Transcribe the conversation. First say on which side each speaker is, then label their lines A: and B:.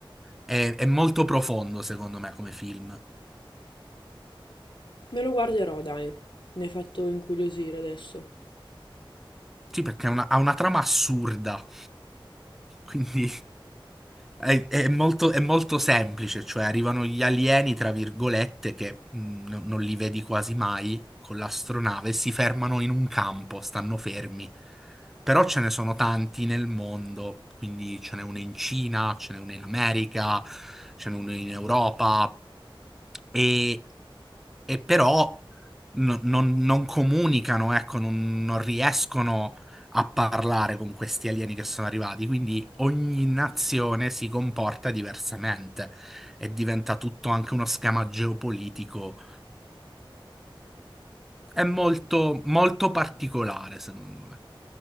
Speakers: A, in the centre; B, on the left (about 60°).
A: è è molto profondo, secondo me, come film.
B: Me lo guarderò, dai. Mi hai fatto incuriosire adesso.
A: Sì, perché è una- ha una trama assurda. Quindi è, è molto, è molto semplice, cioè arrivano gli alieni, tra virgolette, che mh, non non li vedi quasi mai con l'astronave, si fermano in un campo, stanno fermi. Però ce ne sono tanti nel mondo, quindi ce n'è uno in Cina, ce n'è uno in America, ce n'è uno in Europa e, e però no- non, non comunicano, ecco, non, non riescono a parlare con questi alieni che sono arrivati, quindi ogni nazione si comporta diversamente e diventa tutto anche uno schema geopolitico. È molto, molto particolare, secondo me.